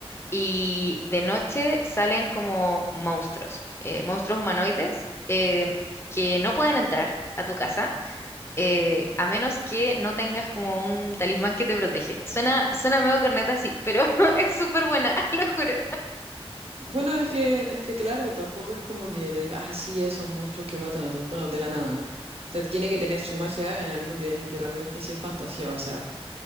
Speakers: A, on the left; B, on the right.
A: y de noche salen como monstruos, eh, monstruos humanoides eh, que no pueden entrar a tu casa eh, a menos que no tengas como un talismán que te protege. Suena, suena medio corneta, sí, pero <laughs> es súper buena, <laughs> lo juro.
B: Bueno, es que, es que claro, tampoco es como que te diga, ah, sí, esos monstruos que matan a todos. Bueno, de la nada, ¿no? O sea, tiene que tener su magia en algo que, que realmente sí es fantasía. O sea.